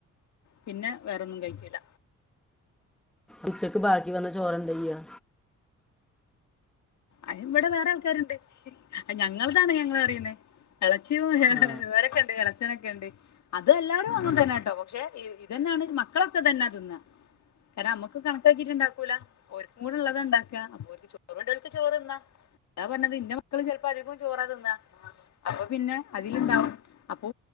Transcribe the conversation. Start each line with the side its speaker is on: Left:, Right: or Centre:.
Left: പിന്നെ വേറൊന്നും കഴിക്കൂല
Centre: ഉച്ചക്ക് ബാക്കി വന്ന ചോറ് എന്ത ചെയ്യാ
Left: അത് ഇവിടെ വേറെ ആൾക്കാരുണ്ട് ഞങ്ങളതാണ് ഞങ്ങള് പറിയുന്നത് എളച്ചിയും
Centre: ആ
Left: ഇവരൊക്കെണ്ട് എളച്ചനൊക്കെണ്ട് അത് എല്ലാരും അങ്ങൻ തന്നാട്ടോ പക്ഷെ ഇതന്നാണ് മക്കളൊക്കെ തന്നെ തിന്ന കാരണം നമ്മക്ക് കണക്കാക്കിട്ട് ണ്ടാക്കൂല ഓൽക്കും കൂടെ ഉള്ളതാ ഉണ്ടാക്ക അപ്പൊൽക്ക് ചോ ചോറ്ന്നാ അതാ പറഞ്ഞത് ഇന്റെ മക്കള് ചെലപ്പോ അധികം ചോറാ തിന്നാ അപ്പം പിന്നെ അതിലുണ്ടാവും
Centre: ആ
Left: അപ്പൊ